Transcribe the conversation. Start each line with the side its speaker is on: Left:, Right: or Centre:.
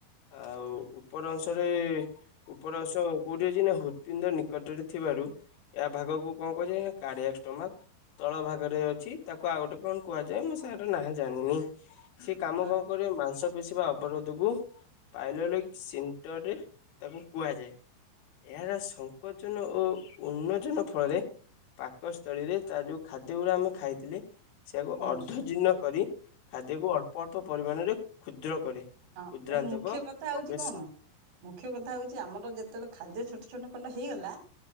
Left: ଆଉ ଉପର ଅଂଶରେ ଉପର ଅଂଶ କୋଉଠି ଅଛି ନା ହୃପିଣ୍ଡ ନିକଟରେ ଥିବାରୁ ଏହା ଭାଗକୁ କଣ କୁହାଯାଏ ନା କାଳିଆ ଷ୍ଟମାକ୍ ତଳ ଭାଗରେ ଅଛି ତାକୁ ଆଉ ଗୋଟେ କଣ କୁହାଯାଏ ମୁଁ ସହାର ନାଁ ଜାଣିନି <inaudible> ସେ କାମ
Right: ହଁ
Left: କଣ କରିବ ମାଂସ ବୁଝିବା ଅବରୋଧକୁ ପାଇଲୋଳିକ ସିଂଟରରେ ତାକୁ କୁହାଯାଏ। ଏହାର ସଂକଚନ ଓ ଉନ୍ମୋଜନ ଫଳରେ ପାକସ୍ଥଳୀରେ ତା ଯୋଉ ଖାଦ୍ୟ ଗୁଡା ଆମେ ଖାଇଥିଲେ ସେ ଆକୁ
Right: ହଁ।
Left: ଅର୍ଦ୍ଧଜିନ କରି ଖାଦ୍ୟକୁ ଅଳ୍ପ ଅଳ୍ପ ପରିମାଣରେ ଷୁଦ୍ର କରେ।
Right: ହଁ
Left: କ୍ଷୁଦ୍ରାନ୍ତକ
Right: ଭାଇ ମୁଖ୍ୟ କଥା
Left: ପ୍ରବେଶ
Right: ହଉଛି କଣ ମୁଖ୍ୟ କଥା ହଉଛି ଆମର ଯେତେବେଳେ ଖାଦ୍ୟ ଛୋଟ ଛୋଟ ସମ୍ପୂର୍ଣ ହେଇଗଲା